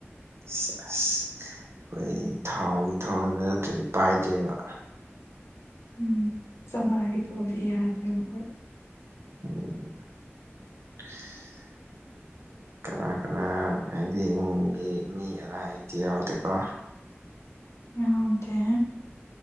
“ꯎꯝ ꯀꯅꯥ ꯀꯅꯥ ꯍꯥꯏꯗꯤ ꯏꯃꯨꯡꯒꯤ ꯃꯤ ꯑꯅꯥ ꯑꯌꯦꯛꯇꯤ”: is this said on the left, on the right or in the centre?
Right